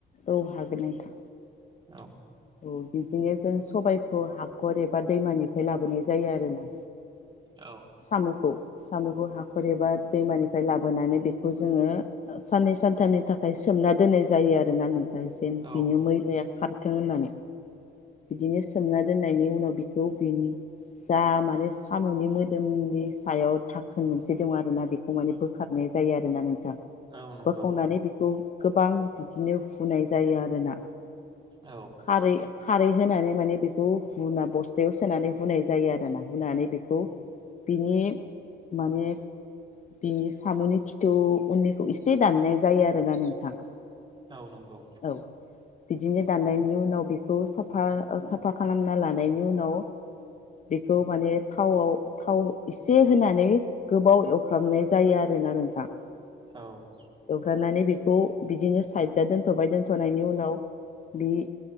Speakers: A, on the left; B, on the right.
A: औ हागोन नोंथां।
B: औ।
A: औव बिदिनो जों सबाइखौ हाखर एबा दैमानिफ्राय लाबोनाय जायो आरोना
B: औव
A: साम'खौ साम'खौ हाखर एबा दैमानिफ्राय लाबोनानै बेखौ जोङो साननै सानथामनि थाखाय सोमना दोननाय जायो आरोना नोंथां। बिन
B: औ
A: बिनि मैलाया खारथों होननानै। बिदिनो सोमना दोननायनि उनाव बिखौ बिनि जा माने साम'नि मोदोमनि सायाव थाखोन मोनसे दं आरोना बेखौ माने बोखारनाय जायो आरोना नोंथां।
B: औ नंगौ
A: बोखावनानै बेखौ गोबां बिदिनो हुनाय जायो आरोना।
B: औव
A: खारै खारै होनानै माने बेखौ हुना बस्थायाव सोनानै हुनाय जायो आरोना हुनानै बेखौ बिनि माने बिनि साम'नि खिथु उननिखौ एसे दाननाय जायो आरोना नोंथां।
B: औ नंगौ
A: औव बिदिनो दानायनि उनाव बेखौ साफा ओ साफा खालामना लानायनि उनाव बेखौ माने थावआव थाव एसे होनानै गोबाव एवफ्रामनाय जायो आरोना नोंथां।
B: औव
A: एवग्रनानै बेखौ बिदिनो साइदजआ दोन्थ'बाय दोन्थ'नायनि उनाव बि